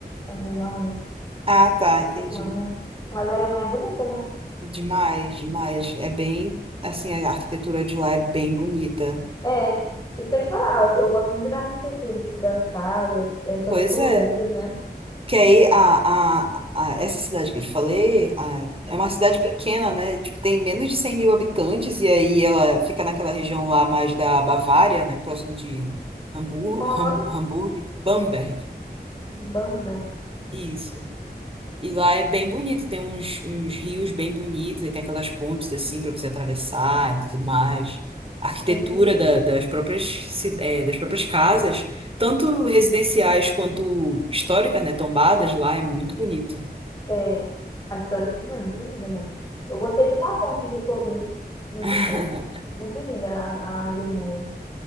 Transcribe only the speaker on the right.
Ah, tá,
entendi.
Demais, demais. É bem, assim, a arquitetura de lá é bem bonita.
Pois
é.
Porque aí a, a, a- essa cidade que eu te falei a- é uma cidade pequena, né? Tipo, tem menos de 100 mil habitantes, e aí ela fica naquela região lá mais da Bavária, né? Próximo de Hamburgo,
Ham,
Hamburgo, Bamberg.
Isso. E lá é bem bonito, tem uns, uns rios bem bonitos, e tem aquelas pontes assim para você atravessar e tudo mais. A arquitetura
da- das próprias, ci- eh, das próprias casas, tanto residenciais quanto históricas, né? Tombadas lá, é muito bonito.
<laughs>